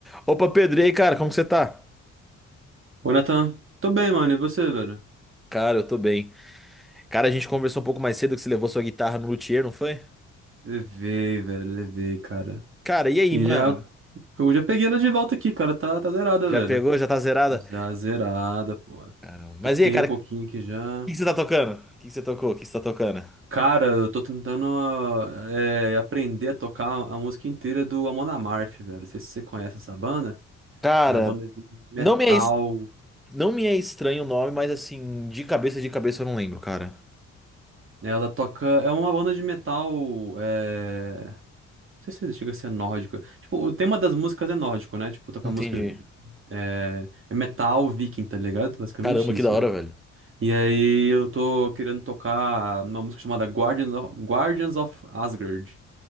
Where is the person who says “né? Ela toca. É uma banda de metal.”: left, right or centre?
Right